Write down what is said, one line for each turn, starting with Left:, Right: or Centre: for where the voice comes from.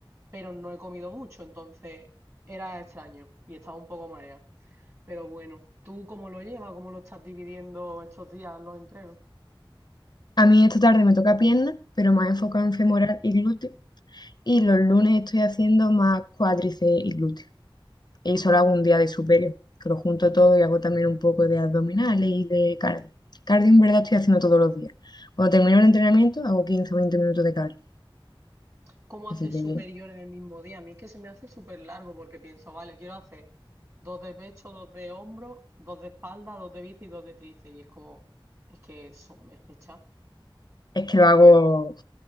Right: pero no he comido mucho, entonces era extraño y estaba un poco mareada. Pero bueno, ¿tú cómo lo llevas? ¿Cómo lo estás dividiendo estos días los entrenos?
Left: A mí esta tarde me toca pierna, pero más enfocado
Right: Mm.
Left: en femoral y glúteo, y los lunes estoy haciendo más cuádriceps y glúteo. Y solo hago un día de superior, que lo junto todo y hago también un poco de abdominales y de cardio. Cardio en verdad estoy haciendo todos los días. Cuando termino el entrenamiento hago 15 o 20 minutos de cardio,
Right: ¿Cómo haces
Left: así que
Right: superior en el mismo día? A mí es que se me hace súper largo porque pienso, vale, quiero hacer dos de pecho, dos de hombro, dos de espalda, dos de bici y dos de tríceps. Y es como, es que son, es pecha.
Left: es que lo hago